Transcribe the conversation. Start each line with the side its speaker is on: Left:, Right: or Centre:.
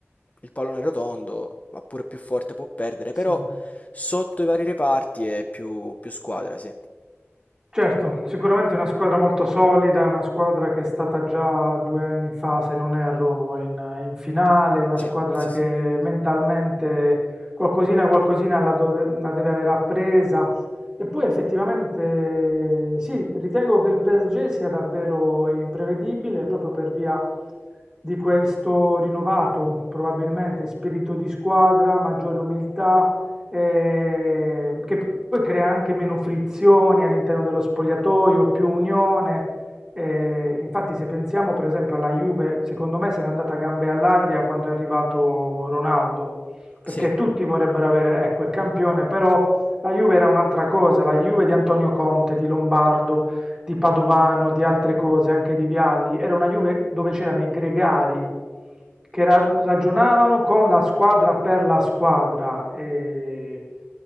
Left: il pallone è rotondo, ma pure più forte può perdere, però
Right: sì.
Left: sotto i vari reparti è più, più squadra, sì.
Right: Certo, sicuramente è una squadra molto solida, è una squadra che è stata già due anni fa, se non erro, in, in finale, è una
Left: Sì,
Right: squadra
Left: sì,
Right: che
Left: sì.
Right: mentalmente qualcosina qualcosina la, dove- la deve aver appresa. E poi effettivamente sì, ritengo che il PSG sia davvero imprevedibile proprio per via di questo rinnovato, probabilmente, spirito di squadra, maggiore umiltà eh, che poi crea anche meno frizioni all'interno dello spogliatoio, più unione. eh, infatti, se pensiamo per esempio alla Juve, secondo me se n'è andata a gambe all'aria quando è arrivato Ronaldo, perché
Left: Sì,
Right: tutti vorrebbero avere, ecco, il campione, però la Juve era un'altra cosa, la Juve di Antonio Conte, di Lombardo di Padovano, di altre cose, anche di Vialli, era una Juve dove c'erano i gregari che ra- ragionavano con la squadra per la squadra e,